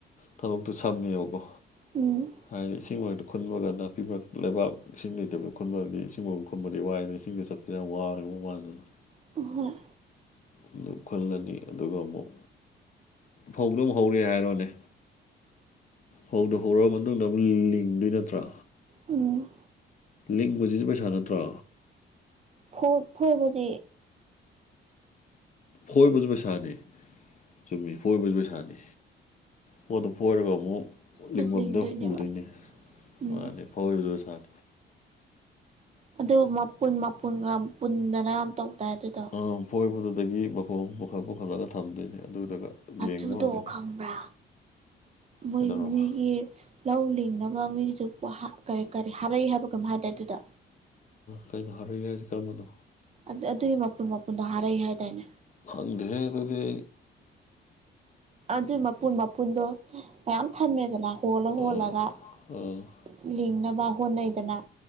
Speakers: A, on the left; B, on the right.
A: ꯊꯕꯛꯇꯨ ꯁꯝꯃꯦꯕꯀꯣ꯫
B: ꯎꯝ꯫
A: ꯍꯥꯏꯗꯤ ꯏꯁꯤꯡ ꯃꯔꯛꯇ ꯈꯨꯟꯕꯒ ꯅꯥꯄꯤꯃꯛ ꯂꯩꯕꯥ ꯏꯁꯤꯡ ꯂꯩꯇꯕꯗꯣ ꯈꯨꯟꯕꯗꯤ ꯏꯁꯤꯡ ꯃꯥꯎ ꯈꯨꯟꯕꯗꯤ ꯋꯥꯏꯗꯅ ꯏꯁꯤꯡꯗ ꯆꯠꯄꯗ ꯌꯥꯝ ꯋꯥꯕꯅꯦꯕ ꯃꯑꯣꯡ ꯃꯟꯗꯅ꯫
B: <unintelligible>
A: ꯑꯗꯨ ꯈꯨꯜꯂꯅꯤ ꯑꯗꯨꯒ ꯑꯃꯨꯛ ꯐꯧꯗꯣ ꯑꯃꯣꯛ ꯍꯧꯔꯦ ꯍꯥꯏꯔꯣꯅꯦ ꯐꯧꯗꯣꯛ ꯍꯧꯔ ꯃꯇꯨꯡꯗ ꯑꯃꯨꯛ ꯂꯤꯡꯗꯣꯏ ꯅꯠꯇ꯭ꯔꯥ꯫
B: ꯎꯝ꯫
A: ꯂꯤꯡꯕꯁꯤꯁꯨ ꯄꯩꯁꯥ ꯅꯠꯇ꯭ꯔꯣ꯫
B: ꯐꯣ ꯐꯣꯏꯕꯗꯤ꯫
A: ꯐꯣꯏꯕꯁꯨ ꯄꯩꯁꯥꯅꯤ ꯆꯨꯝꯃꯤ ꯐꯣꯏꯕꯁꯨ ꯄꯩꯁꯥꯅꯤ꯫ ꯄꯣꯠꯇꯣ ꯄꯣꯏꯔꯒ ꯑꯃꯨꯛ ꯂꯤꯡꯐꯝꯗꯣ
B: ꯂꯤꯡꯗꯣꯏꯅꯦꯕ
A: ꯄꯨꯗꯣꯏꯅꯦ
B: ꯎꯝ
A: ꯃꯥꯅꯤ꯫ ꯐꯣꯏꯕꯁꯨ ꯁꯥꯏ꯫
B: ꯑꯗꯨ ꯃꯄꯨꯟ ꯃꯄꯨꯟꯒ ꯄꯨꯟꯗꯅ ꯌꯥꯝ ꯇꯧꯗꯥꯏ ꯑꯗꯨꯗꯣ꯫
A: ꯑ ꯐꯣꯏꯕꯗꯨꯗꯒꯤ ꯃꯐꯣꯝ ꯄꯨꯈꯠ ꯄꯨꯈꯠꯂꯒ ꯊꯝꯗꯣꯏꯅꯦ ꯑꯗꯨꯗꯨꯒ꯫
B: ꯑꯗꯨꯗꯣ
A: ꯂꯦꯡꯕ ꯍꯧꯗꯣꯏꯅꯤ
B: ꯈꯪꯕ꯭ꯔꯥ ꯃꯣꯏ
A: ꯀꯩꯗꯧꯔꯕ
B: ꯃꯤꯒꯤ ꯂꯧ ꯂꯤꯡꯅꯕ ꯃꯤꯁꯨ ꯀꯔꯤ ꯀꯔꯤ ꯍꯔꯩ ꯍꯥꯏꯕ ꯀꯩꯅꯣꯝ ꯍꯥꯏꯗꯥꯏ ꯑꯗꯨꯗꯣ꯫
A: ꯀꯩꯅꯣ ꯍꯥꯔꯩ ꯍꯥꯏꯁꯤ ꯀꯔꯝꯕꯅꯣ꯫
B: ꯑꯗꯨ ꯑꯗꯨꯏ ꯃꯄꯨꯟ ꯃꯄꯨꯟꯗꯣ ꯍꯥꯔꯩ ꯍꯥꯏꯗꯥꯏꯅꯦ꯫
A: ꯐꯪꯗꯦꯍꯦ ꯑꯗꯨꯗꯤ꯫
B: ꯑꯗꯨꯏ ꯃꯄꯨꯟ ꯃꯄꯨꯟꯗꯣ ꯃꯌꯥꯝ ꯊꯝꯃꯦꯗꯅ ꯍꯣꯜꯂ
A: <inaudible> ꯎꯝ
B: ꯍꯣꯜꯂꯒ
A: ꯎꯝ꯫
B: ꯂꯤꯡꯅꯕ ꯍꯣꯠꯅꯩꯗꯅ